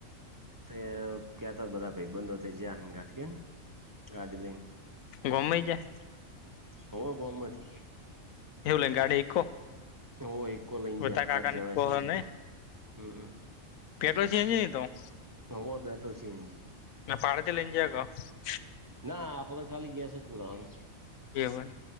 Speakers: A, on the right; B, on the left.
A: તે ગ્યા તા બધા ભાઈ બંધો જયા હંગાત કેને ગાડી લઈને
B: ગમે જાય
A: હ બોમબથી
B: <unintelligible> ગાડી ઈકો
A: હો ઈકો લયને
B: બધા
A: જયા
B: કાકા
A: હાત જના
B: ની પોહ
A: છીએ
B: નઈ
A: હમ્મ હમ્મ
B: <unintelligible> તો
A: હો પેટ્રોલ સીએનજી
B: <unintelligible>
A: ના આપો તો ખાલી ગેસ જ પુરાવાનો
B: એવય